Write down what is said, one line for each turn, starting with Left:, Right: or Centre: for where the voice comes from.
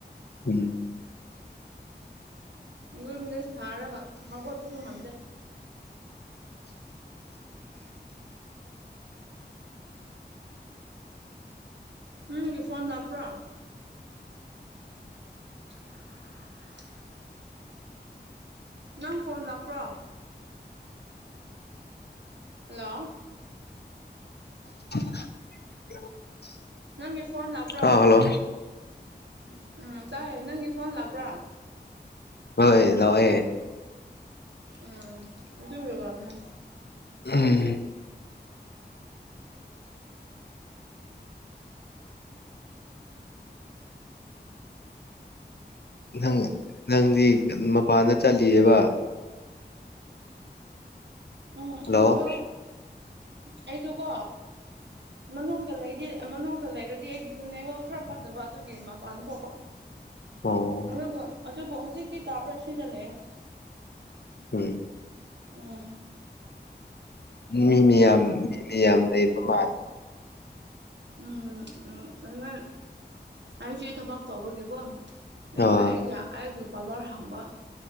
Left: ꯎꯝ
Right: ꯌꯨꯝ ꯖ‌ꯦ ꯁꯥꯔꯒ ꯍꯧꯒ‌ꯣꯠꯄ ꯖꯨ ꯉꯝꯗ‌ꯦ ꯎꯝꯒꯤ ꯐꯣꯟ ꯂꯥꯛꯄ꯭ꯔꯣ <inaudible> ꯅꯪ ꯐꯣꯟ ꯂꯥꯛꯄ꯭ꯔꯣ ꯍꯜꯂꯣ
Left: <inaudible>
Right: ꯅꯪꯒꯤ ꯐꯣꯟ ꯂꯥꯛꯄ꯭ꯔꯣ
Left: ꯑꯥ ꯍꯜꯂꯣ
Right: ꯎꯝ ꯆꯥꯏ ꯅꯪꯒꯤ ꯐꯣꯟ ꯂꯥꯛꯄ꯭ꯔꯣ
Left: ꯍꯣꯏ ꯂꯥꯎꯋ‌ꯦ
Right: ꯎꯝ ꯑꯗꯨꯒꯤ ꯋꯥꯅ‌ꯦ
Left: ꯎꯝ ꯅꯪ ꯅꯪꯗꯤ ꯃꯄꯥꯟꯗ ꯆꯠꯂꯤꯌ‌ꯦꯕꯥ
Right: ꯎꯝ
Left: ꯍꯜꯂꯣ
Right: ꯑꯩꯗꯣ ꯑꯩꯗꯨꯀꯣ ꯃꯅꯨꯡꯗ ꯂꯩꯗꯤ ꯃꯅꯨꯡꯗ ꯂꯩꯔꯗꯤ ꯑꯩꯒꯤꯗꯨ ꯅꯦꯠꯋꯥꯛ ꯈꯔ ꯐꯠꯇꯕ ꯑꯗꯨꯒꯤ ꯃꯄꯥꯟ ꯊꯣꯛꯄꯥ
Left: ꯑꯣ
Right: ꯑꯗꯨꯕꯨ ꯑꯗꯨꯕꯨ ꯍꯧꯖꯤꯛꯇꯤ ꯇꯧꯔꯁꯤ ꯗꯥ ꯂꯩꯌ‌ꯦ
Left: ꯎꯝ
Right: ꯎꯝ
Left: ꯃꯤꯃꯤꯌꯝ ꯃꯤꯃꯤꯌꯝ ꯂꯩꯕ ꯃꯥꯂ‌ꯦ
Right: ꯎꯝ ꯑꯩ ꯍꯣꯏ ꯑꯩꯁꯦ ꯊꯕꯛ ꯇꯧꯕꯒꯤꯀꯣ ꯑꯩꯁꯨ
Left: ꯑꯥ
Right: ꯑꯩꯒ ꯑꯩꯒꯤ ꯄꯥꯂꯔ ꯍꯥꯡꯕꯥ